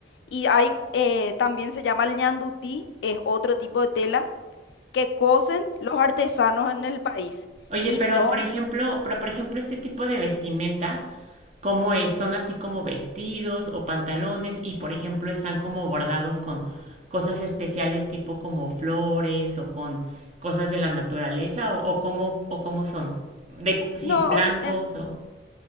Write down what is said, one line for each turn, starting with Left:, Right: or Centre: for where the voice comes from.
Left: Y hay, eh, también se llama el ñandutí, es otro tipo de tela que cosen los artesanos en el país.
Right: Oye,
Left: Y
Right: pero
Left: son,
Right: por ejemplo, pero por ejemplo, este tipo de vestimenta. Cómo es, son así como vestidos o pantalones y por ejemplo están como bordados con cosas especiales tipo como flores o con cosas de la naturaleza o, o cómo o cómo son de sí
Left: no,
Right: blancos
Left: o sea, en,
Right: o